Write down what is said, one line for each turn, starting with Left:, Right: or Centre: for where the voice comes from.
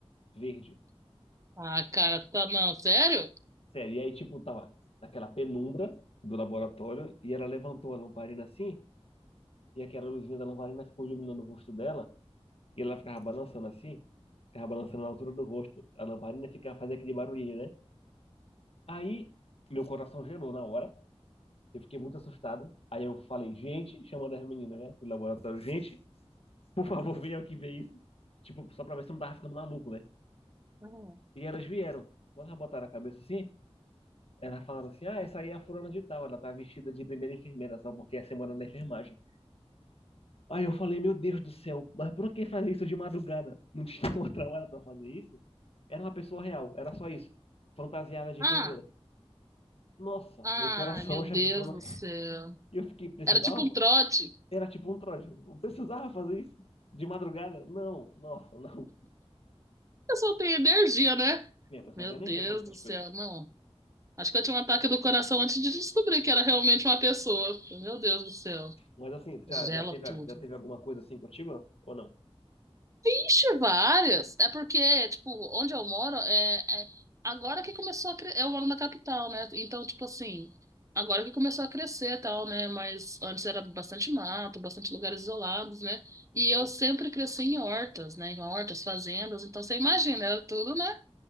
Left: verde.
Right: Ah, cara, tá não, sério?
Left: Sério. E aí, tipo, tava naquela penumbra do laboratório e ela levantou a lamparina assim e aquela luzinha da lamparina ficou iluminando o rosto dela e ela ficava balançando assim. Ficava balançando na altura do rosto. A lamparina ficava fazendo aquele barulhinho, né? Aí meu coração gelou na hora. Eu fiquei muito assustado. Aí eu falei, gente, chamando as meninas, né, do laboratório, gente, por favor, venham aqui ver isso. Tipo, só pra ver se eu não tava ficando maluco, né?
Right: Uhum.
Left: E elas vieram. Quando elas botaram a cabeça assim, Ela falando assim, ah, essa aí é a fulana de tal, ela tá vestida de primeira enfermeira, só porque é semana na enfermagem. Aí eu falei, meu Deus do céu, mas por que fazer isso de madrugada? Não tinha <laughs> outra hora pra fazer isso? Era uma pessoa real, era só isso. Fantasiada de
Right: Ah,
Left: enfermeira. Nossa,
Right: ai,
Left: meu coração
Right: meu
Left: já
Right: Deus
Left: ficou na...
Right: do
Left: <laughs>
Right: céu.
Left: E eu fiquei, precisava?
Right: Era tipo um trote.
Left: Era tipo um trote. Não precisava fazer isso? De madrugada? Não, nossa, não.
Right: Eu só tenho energia, né?
Left: <laughs> Minha pessoa
Right: Meu
Left: não tem
Right: Deus
Left: energia pra fazer essas
Right: do céu,
Left: coisas.
Right: não. Acho que eu tinha um ataque do coração antes de descobrir que era realmente uma pessoa. Meu Deus do céu.
Left: Mas assim, já,
Right: Gela
Left: já teve,
Right: tudo.
Left: já teve alguma coisa assim contigo? Ou não?
Right: Vixe, várias. É porque, tipo, onde eu moro, é, é- agora que começou a crescer. Eu moro na capital, né? Então, tipo assim, agora que começou a crescer e tal, né? Mas antes era bastante mato, bastante lugares isolados, né?
Left: Uhum.
Right: E eu sempre cresci em hortas, né? Em hortas, fazendas. Então, você imagina, era tudo, né?